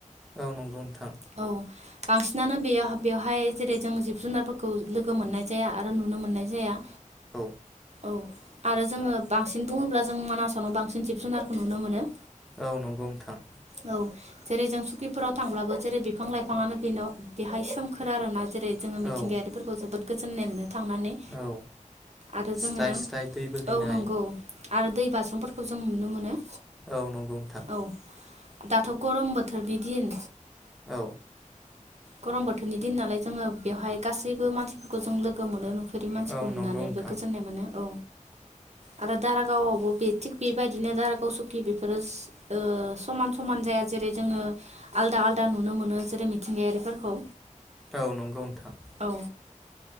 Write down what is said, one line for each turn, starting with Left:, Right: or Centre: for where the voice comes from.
Centre: औ नंगौ नोंथां
Right: औ बांसिनानो बेया बेवहाय जेरै जों जिब जुनारफोरखौ लोगो मोननाय जाया आरो नुनो मोननाय जाया।
Centre: औ
Right: औ आरो जोङो बांसिन बुङोब्ला जों मानासावनो बांसिन जिब जुनारखौ नुनो मोनो।
Centre: औ नंगौ नोंथां
Right: औ जेरै जों सुकिफोराव थांब्लाबो जेरै बिफां लाइफाङानो बेल बेहाय सोमखोर आरोना। जेरै जोङो मिथिंगायारिफोरखौ
Centre: औ
Right: जोबोद गोजोन्नाय मोनो। थांनानै
Centre: औ
Right: आरो
Centre: स्राय
Right: जोङो
Centre: स्राय दै बोहैनाय
Right: औ नंगौ। आरो दै बाज्रुमफोरखौ जों नुनो मोनो।
Centre: औ नंगौ नोंथां
Right: औ दाथ' गरम बोथोरनि दिन
Centre: औ
Right: गरम बोथोरनि दिन नालाय जोङो बेवहाय गासैबो मानसिफोरखौ जों लोगो मोनो नु बेफोरनि मानसिखौ
Centre: औ
Right: नुनानैबो
Centre: नंगौ नोंथां
Right: गोजोननाय मोनो औ आरो दारागावावबो बे थिग बेबायदिनो दारागाव सकि बेफोरो ओ समान समान जाया जेरै जोङो आलदा आलदा नुनो मोनो जेरै मिथिंगायारिफोरखौ
Centre: औ नंगौ नोंथां।
Right: औ